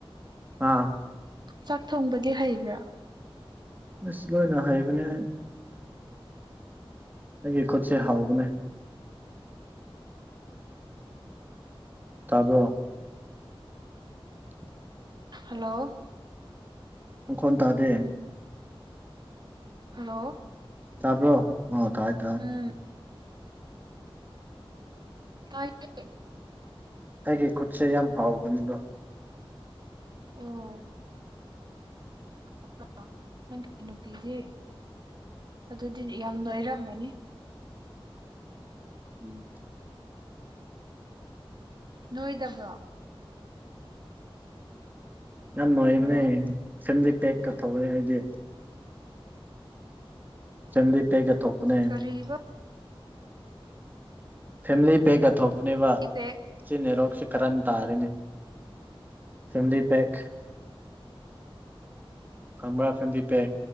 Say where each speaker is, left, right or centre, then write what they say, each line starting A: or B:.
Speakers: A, on the right; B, on the right.
A: ꯑꯥ
B: ꯆꯥꯛ ꯊꯣꯡꯕꯗꯤ ꯍꯩꯕ꯭ꯔꯥ
A: ꯑꯁ ꯂꯣꯏꯅ ꯍꯩꯕꯅꯦ ꯑꯩ ꯑꯩꯒꯤ ꯈꯨꯠꯁꯦ ꯍꯥꯥꯎꯕꯅꯦ ꯇꯥꯕ꯭ꯔꯣ <inaudible>
B: ꯍꯜꯂꯣ
A: ꯃꯈꯣꯟ ꯇꯥꯗꯦ
B: ꯍꯜꯂꯣ
A: ꯇꯥꯕ꯭ꯔꯣ ꯑꯣ ꯇꯥꯏ ꯇꯥꯏ
B: ꯎꯝ ꯇꯥꯏ ꯌꯦ
A: ꯑꯩꯒꯤ ꯈꯨꯠꯁꯦ ꯌꯥꯝ ꯍꯥꯎꯕꯅꯦꯕ
B: ꯑꯣ <unintelligible> ꯅꯪꯒꯤ ꯅꯨꯄꯤꯗꯤ ꯑꯗꯨꯗꯤ ꯌꯥꯝ ꯅꯣꯏꯔꯝꯃꯅꯤ
A: ꯎꯝ
B: ꯅꯣꯏꯗꯕ꯭ꯔꯣ
A: ꯌꯥꯝ ꯅꯣꯏꯕꯅꯦ
B: ꯍꯜꯂꯣ
A: ꯐꯦꯝꯂꯤ ꯄꯦꯛꯀ ꯊꯣꯛꯂꯦ ꯑꯩꯗꯤ ꯆꯟꯗꯤ ꯄꯦꯛꯒ ꯊꯣꯛꯄꯅꯦ
B: ꯀꯔꯤꯕ
A: ꯐꯦꯃꯤꯂꯤ ꯄꯦꯛꯀ ꯊꯣꯛꯄꯅꯦꯕ
B: ꯄꯦ
A: ꯆꯤꯟꯅꯦꯔꯣꯛꯆꯤ ꯀꯔꯟ ꯇꯥꯔꯦꯅꯦ ꯐꯦꯃꯤꯂꯤ ꯄꯦꯛ ꯈꯪꯕ꯭ꯔꯥ ꯐꯦꯝꯂꯤ ꯄꯦꯛ